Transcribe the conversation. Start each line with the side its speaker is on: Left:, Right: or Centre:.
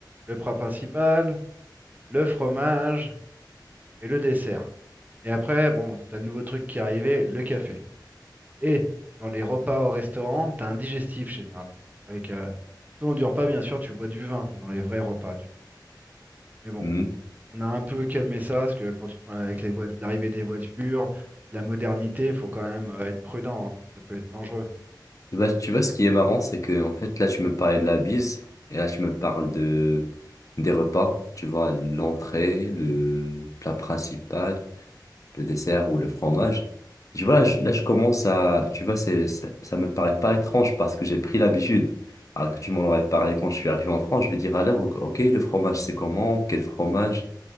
Right: le plat principal, le fromage et le dessert. Et après, bon, t'as le nouveau truc qui est arrivé, le café. Et dans les repas au restaurant, t'as un digestif généralement. Avec, euh, tout au long du repas, bien sûr, tu bois du vin dans les vrais repas, tu vois. Mais bon,
Left: Hmm.
Right: On a un peu calmé ça, parce que quand tu prends avec les voit- l'arrivée des voitures, de la modernité, il faut quand même euh, être prudent, hein, parce que ça peut être dangereux.
Left: Bah, tu vois, ce qui est marrant, c'est que, en fait, là, tu me parlais de la bise, et là, tu me parles de, des repas, tu vois, l'entrée, le plat principal. le dessert ou le fromage. Je vois, là, je, là, je commence à, tu vois, c'est, ça, ça me paraît pas étrange parce que j'ai pris l'habitude. Alors que tu m'en aurais parlé quand je suis arrivé en France, je vais dire alors, ok, ok, le fromage, c'est comment? Quel fromage?